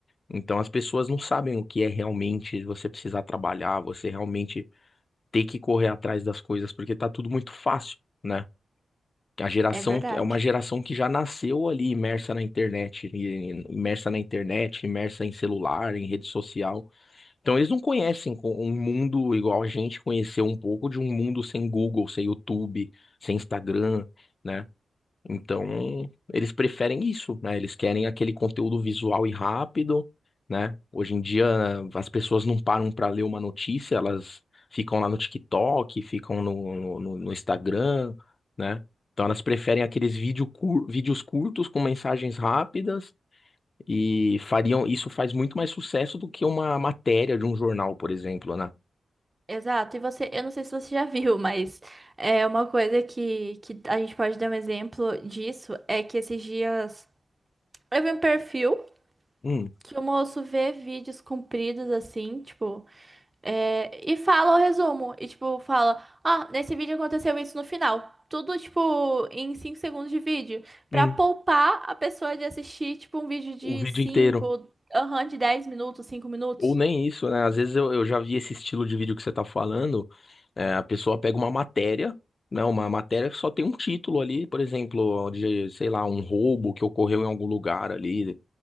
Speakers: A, on the left (about 45°); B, on the right (about 30°).
A: Então as pessoas não sabem o que é realmente você precisar trabalhar, você realmente ter que correr atrás das coisas, porque tá tudo muito fácil, né? A geração
B: É verdade.
A: é uma geração que já nasceu ali imersa na internet, e- imersa na internet, imersa em celular, em rede social. Então eles não conhecem co- um mundo igual a gente conheceu um pouco de um mundo sem Google, sem YouTube, sem Instagram, né? Então, eles preferem isso, né? Eles querem aquele conteúdo visual e rápido, né? Hoje em dia, as pessoas não param para ler uma notícia, elas ficam lá no TikTok, ficam no, no, no- no Instagram, né? Então, elas preferem aqueles vídeo cur- vídeos curtos com mensagens rápidas e fariam isso faz muito mais sucesso do que uma matéria de um jornal, por exemplo, né?
B: Exato, e você, eu não sei se você já viu, mas é uma coisa que, que a gente pode dar um exemplo disso é que esses dias eu vi um perfil
A: Hum,
B: que o moço vê vídeos compridos assim, tipo, é, e fala o resumo, e tipo, fala, ah, nesse vídeo aconteceu isso no final. Tudo, tipo, em 5 segundos de vídeo, pra
A: hum,
B: poupar a pessoa de assistir, tipo, um vídeo de
A: o vídeo
B: 5,
A: inteiro.
B: aham, de 10 minutos, 5 minutos.
A: Ou nem isso, né? Às vezes eu, eu já vi esse estilo de vídeo que você tá falando. é, a pessoa pega uma matéria, né? Uma matéria que só tem um título ali, por exemplo, de, sei lá, um roubo que ocorreu em algum lugar ali